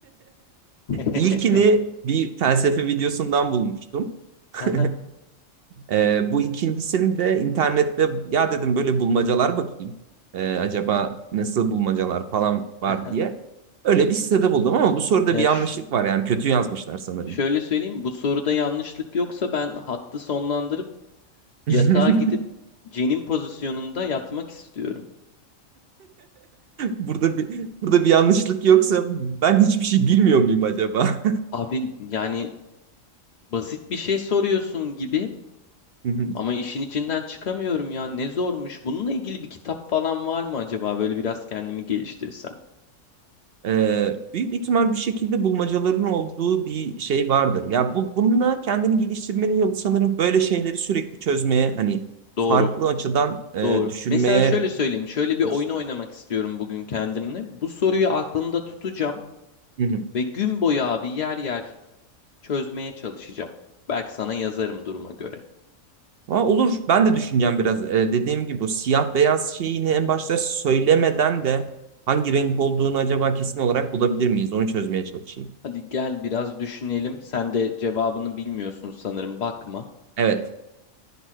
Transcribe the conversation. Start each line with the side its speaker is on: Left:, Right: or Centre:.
Left: <laughs>
Right: İlkini bir felsefe videosundan bulmuştum. <laughs>
Left: Aha,
Right: Ee, bu ikincisini de internette ya dedim böyle bulmacalar bakayım. Ee, acaba nasıl bulmacalar falan var
Left: aha.
Right: diye. Öyle bir sitede buldum ama bu soruda
Left: Ya
Right: bir yanlışlık
Left: ş-
Right: var yani kötü yazmışlar sanırım.
Left: şöyle söyleyeyim bu soruda yanlışlık yoksa ben hattı sonlandırıp
Right: <laughs>
Left: yatağa gidip cenin pozisyonunda yatmak istiyorum.
Right: Burada bir burada bir yanlışlık yoksa ben hiçbir şey bilmiyor muyum acaba?
Left: Abi yani basit bir şey soruyorsun gibi
Right: <laughs>
Left: ama işin içinden çıkamıyorum ya ne zormuş. Bununla ilgili bir kitap falan var mı acaba böyle biraz kendimi geliştirsem?
Right: Ee, büyük bir ihtimal bir şekilde bulmacaların olduğu bir şey vardır. Ya bu, bununla kendini geliştirmenin yolu sanırım böyle şeyleri sürekli çözmeye hani
Left: Doğru.
Right: farklı açıdan e,
Left: Doğru.
Right: düşünmeye
Left: Mesela şöyle söyleyeyim. Şöyle bir
Right: Alıştırma.
Left: oyun oynamak istiyorum bugün kendimle. Bu soruyu aklımda tutacağım
Right: Hı hı.
Left: ve gün boyu abi yer yer çözmeye çalışacağım. Belki sana yazarım duruma göre.
Right: Ama olur. Ben de düşüneceğim biraz. Ee, dediğim gibi bu siyah beyaz şeyini en başta söylemeden de hangi renk olduğunu acaba kesin olarak bulabilir miyiz? Onu çözmeye çalışayım.
Left: Hadi gel biraz düşünelim. Sen de cevabını bilmiyorsun sanırım. Bakma.
Right: Evet.